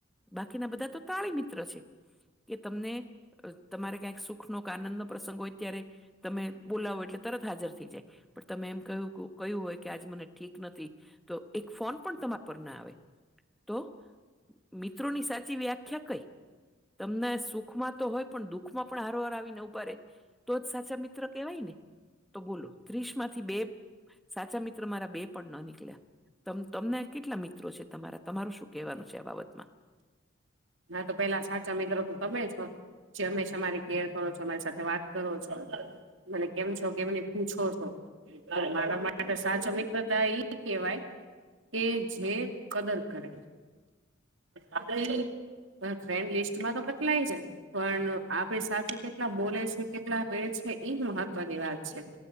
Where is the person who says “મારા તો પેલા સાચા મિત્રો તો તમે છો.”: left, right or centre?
Right